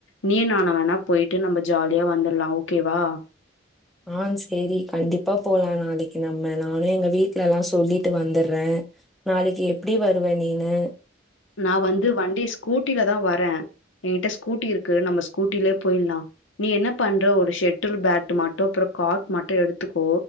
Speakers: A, on the left; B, in the centre.
A: நீ நானு வேணா போயிட்டு நம்ப ஜாலியா வந்துடலா ஓகே கே வா
B: ஆ சேரி கண்டிப்பா போலா நாளைக்கு நம்ம நானு எங்க வீட்டுலல்லா சொல்லிட்டு வந்தற நாளைக்கு எப்புடி வருவ நீனு
A: நா வந்து வண்டி ஸ்கூட்டிலதா வர எ கிட்ட ஸ்கூட்டி இருக்கு நம்ப ஸ்கூட்டிலேயே போயிலா நீ என்ன பண்ற ஒரு ஷெட்டில் பேட்டு மட்டு பிரிப் கார்ட் மட்டு எடுத்துக்கோ